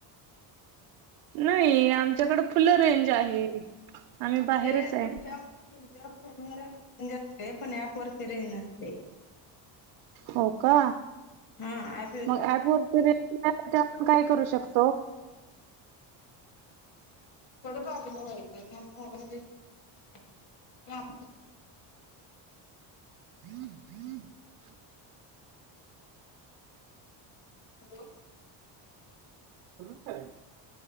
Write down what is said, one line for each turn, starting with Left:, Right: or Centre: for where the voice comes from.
Right: नाही आमच्याकडं फुल रेंज आहे. आम्ही बाहेरच
Left: ते
Right: आहे.
Left: तुमच्या तुमच्या फोनवर रेंज असते, पण ऍपवर ते रेंज नसते.
Right: हो का?
Left: हा ऍप
Right: मग ऍपवरती रेंज नाही म्हणजे आपण काय करू शकतो?
Left: थोडं बाजूला व्हायचं, किंवा मोबाईलला रेंज <inaudible> <inaudible>
Right: हम्म हम्म
Left: हॅलो.
Right: नमस्कार.